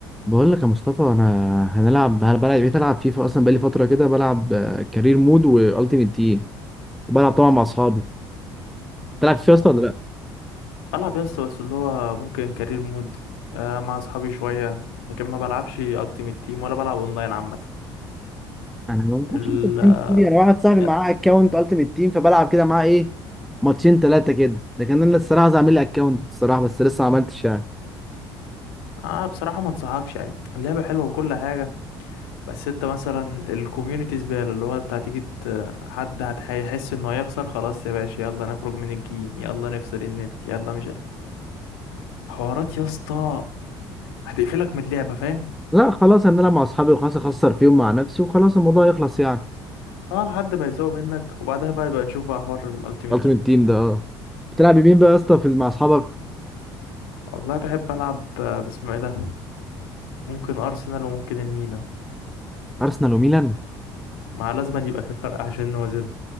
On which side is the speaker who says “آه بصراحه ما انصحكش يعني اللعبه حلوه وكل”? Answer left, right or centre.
Left